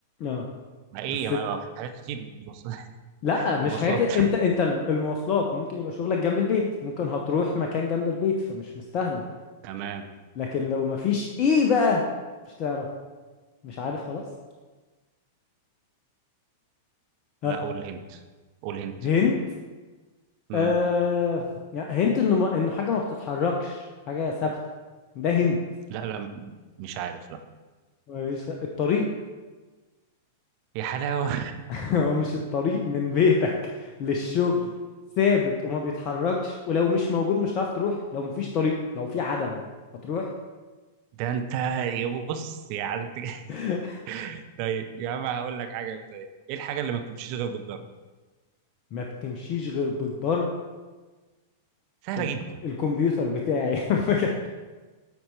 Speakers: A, on the left (about 35°); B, on the right (about 45°).
A: اه
B: ما ايه
A: بس
B: يا ما حاجات كتير <laughs> مواصلات
A: لا مش
B: مواصلات.
A: حاجه كده انت انت الم- المواصلات ممكن يبقى شغلك جنب البيت ممكن هتروح مكان جنب البيت فمش مستاهله
B: تمام
A: لكن لو مفيش ايه بقى مش تعرف مش عارف خلاص ها
B: لا قول هنت قول هنت
A: هنت
B: امم
A: آه لا، هنت انه ما... انه حاجه ما بتتحركش حاجه ثابته ده هنت
B: لا لا مش عارف لا
A: مفيش خ- الطريق
B: يا حلاوه
A: <laughs> هو مش الطريق من بيتك للشغل ثابت وما بيتحركش ولو مش موجود مش هتعرف تروح لو مفيش طريق لو في عدم هتروح
B: ده انت يا بص يعني انت <laughs>
A: <laughs>
B: طيب يا عم هقول لك حاجه انت ايه الحاجه اللي ما بتمشيش غير بالضرب
A: ما بتمشيش غير بالضرب
B: سهله
A: ال-
B: جدا
A: الكمبيوتر بتاعي <laughs> لما كان-